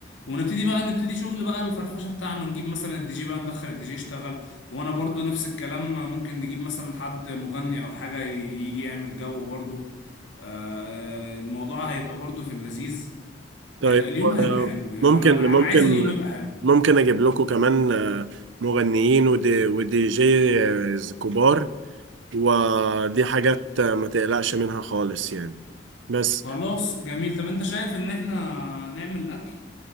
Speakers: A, on the left (about 85°); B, on the right (about 80°).
A: ونبتدي بقى نبتدي شغل بقى الفرفشة بتاعنا نجيب مثلا الدي جي بقى ندخل الدي جي يشتغل وانا برضو نفس الكلام ممكن نجيب مثلا حد مغني او حاجة ي- يجي يعمل جو برضو آه، الموضوع هيبقى برضو في اللذيذ
B: طيب
A: آه، اليوم هيبقى حلو يعني
B: ممكن
A: انا انا
B: ممكن
A: أنا عايز اليوم يبقى حلو
B: ممكن اجيب لكم كمان آه، مغنيين ودي ودي جي آه، كبار ودي حاجات آه، ما تقلقش منها خالص يعني بس
A: خلاص جميل طب انت شايف ان احنا نعمل الاكل